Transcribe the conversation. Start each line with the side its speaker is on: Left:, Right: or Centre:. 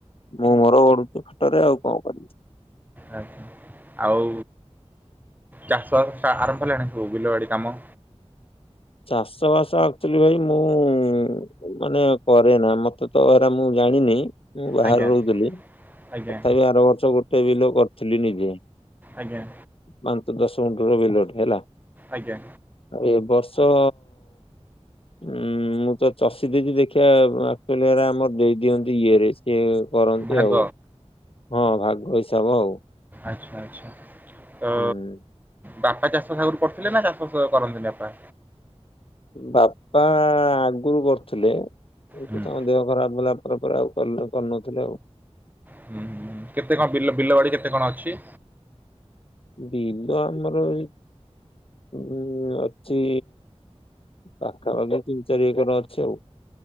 Left: ମୁଁ ମୋର ଗଢୁଛିି ଖଟରେ ଆଉ କଣ କରିବି।
Right: ଆଜ୍ଞା ଆଉ ଚାଷ ବା ଆରମ୍ଭ ହେଲାଣି ସବୁ ବିଲବାଡି କାମ।
Left: ଚାଷ ବାସ ଆକୁଚାଲି ଭାଇ ମୁଁ। ମାନେ କରେନା ମତେ ତ ଏରା ମୁଁ ଜାଣିନି। ମୁଁ ବାହାର
Right: ଆଜ୍ଞା
Left: ରହୁଥୁଲି ତଥାପି
Right: ଆଜ୍ଞା
Left: ଆର ବର୍ଷ ଗୋଟେ ବିଲ କରିଥିଲି ନିଜେ।।
Right: ଆଜ୍ଞା।
Left: ପାଞ୍ଚ ଦଶ ଗୁଠୁଁ ର ବିଲଟେ ହେଲା।
Right: ଆଜ୍ଞା।
Left: ଏ ବର୍ଷ। ଉଁ ମୁଁ ତ ଚଷି ଦେଇଚି ଦେଖିଆ ଆକୁଚାଲି ହେରା ଆମର ଦେଇଦିଅନ୍ତି ଇଏରେ। ଏ କରନ୍ତି
Right: ଭାଗ
Left: ଆଉ ହଁ ଭାଗ ହିସାବ ଆଉ।
Right: ଆଚ୍ଛା ଆଚ୍ଛା ତ।
Left: ହୁଁ।
Right: ବାପା ଚାଷ ଆଗରୁ କରିଥିଲେ ନା ଚାଷ କ କରନ୍ତିନି ବାପା।
Left: ବାପା ଆଗରୁ କରୁଥୁଲେ ଏବେ
Right: ହୁଁ
Left: ତ ତାଙ୍କ ଦେହ ଖରାପ ହେଲା। ଦେହ ପରେ ଆଉ କରୁ କରୁନଥିଲେ ଆଉ।
Right: ହୁଁ ହୁଁ। କେତେ କଣ ବିଲ ବିଲବାଡ଼ି କେତେ କଣ ଅଛି?
Left: ବିଲ ଆମର ଏଇ <inaudible> ଅଛି। ପାଖାପାଖି ତିନି ଚାରି ଏକର ଅଛି ଆଉ।